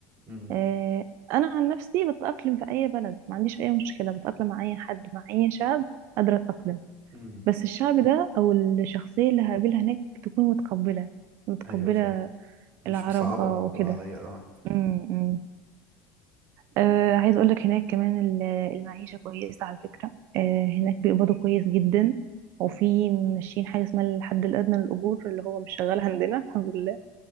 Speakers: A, on the right (about 45°); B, on the right (about 60°).
A: امم
B: آه، انا عن نفسي بتأقلم في اي بلد ما عنديش اي مشكلة بتأقلم مع اي حد مع اي شعب قادرة أتأقلم
A: امم
B: بس الشعب ده او الشخصيه اللي هقابلها هناك تكون متقبله متقبله
A: ايوه فاهمك مش
B: العرب
A: مصعبه
B: اه
A: الموضوع
B: وكده
A: عليا اه
B: امم آه عايز اقول لك هناك كمان ال- المعيشه كويسه على فكره آه هناك بيقبضوا كويس جدا وفي ماشيين حاجه اسمها الحد الادنى للاجور اللي هو مش شغال عندنا الحمد لله